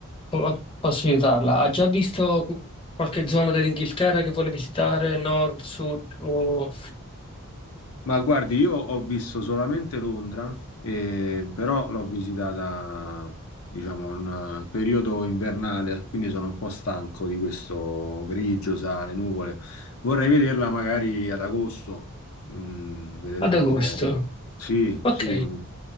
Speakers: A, on the left (about 25°); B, on the left (about 70°).
A: po- posso aiutarla? Ha già visto cu- qualche zona dell'Inghilterra che vuole visitare, nord, sud o
B: Ma guardi, io ho visto solamente Londra, eh, però l'ho visitata, diciamo, in un periodo invernale, quindi sono un po' stanco di questo grigio, sale, nuvole. Vorrei vederla magari ad agosto, mm, vedere
A: ad
B: un
A: agosto?
B: po'. Sì,
A: Ok.
B: sì, mm,